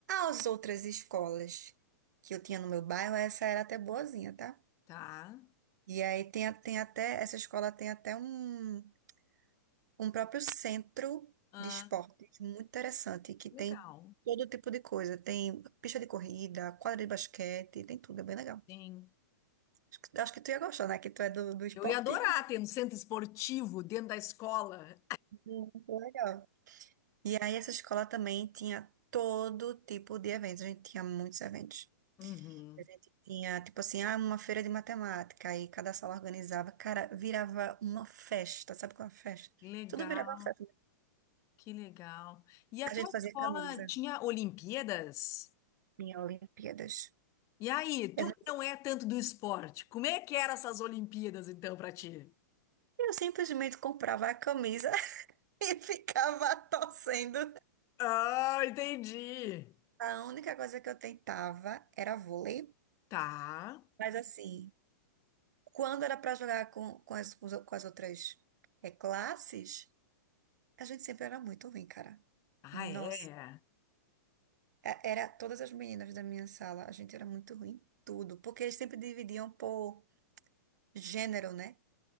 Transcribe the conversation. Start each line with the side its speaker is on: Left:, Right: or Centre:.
Right: as outras escolas que eu tinha no meu bairro, essa era até boazinha, tá?
Left: Tá?
Right: E aí tem, a- tem até, essa escola tem até um, um próprio centro
Left: Ah,
Right: de esportes muito interessante, que tem
Left: legal.
Right: todo tipo de coisa. Tem pista de corrida, quadra de basquete, tem tudo, é bem legal.
Left: Sim.
Right: Acho que, acho que tu ia gostar, né? Que tu é do, do esporte.
Left: Eu ia adorar ter um centro esportivo dentro da escola.
Right: <laughs> Muito legal. E aí essa escola também tinha todo tipo de eventos, a gente tinha muitos eventos.
Left: Uhum.
Right: A gente tinha, tipo assim, ah, uma feira de matemática, aí cada sala organizava, cara, virava uma festa, sabe qual é a festa?
Left: Legal.
Right: Tudo virava uma festa.
Left: Que legal. E a
Right: A
Left: tua
Right: gente
Left: escola
Right: fazia camisa,
Left: tinha Olimpíadas?
Right: tinha Olimpíadas.
Left: E aí, tu
Right: Eu, não-
Left: que não é tanto do esporte, como é que eram essas Olimpíadas então pra ti?
Right: eu simplesmente comprava a camisa <laughs> e ficava torcendo.
Left: Ah, entendi.
Right: A única coisa que eu tentava era vôlei,
Left: Tá.
Right: mas assim, quando era pra jogar com, com as, com as com as outras eh, classes, a gente sempre era muito ruim, cara.
Left: Ah,
Right: Nossa.
Left: é.
Right: É, Era todas as meninas da minha sala, a gente era muito ruim em tudo, porque eles sempre dividiam por gênero, né?